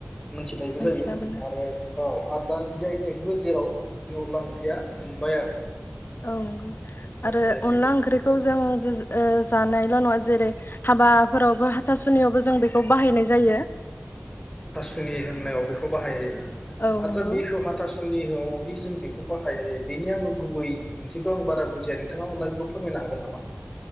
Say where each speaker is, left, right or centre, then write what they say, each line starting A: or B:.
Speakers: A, on the left; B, on the left.
A: मिथिनायबो
B: मिथिना
A: जायो
B: मोनो
A: आरो औ आरो। दा जि आइ थेगबो जेराव बे अन्ला ओंख्रिया मोनबाय आरो।
B: औ नंगौ आरो
A: जि आइ
B: अनला
A: टेकबो मोनबाय
B: ओंख्रिखौ
A: औ
B: जों ओ जानायल' नङा जेरै हाबाफोरावबो हाथासुनियावबो जों बेखौ बाहायनाय जायो।
A: सुनि होननायाव बेखौ बाहायनाय जायो।
B: औ
A: आतसा
B: नंगौ
A: दैखौ हा थासुनिआवदि जों बेखौ बाहायनाय जायो बेनि आङो गुबै ओंथिखौ आं बारा बुजिया नोंथाङा अनना बेखौ फोरमायनो हागोन नामा?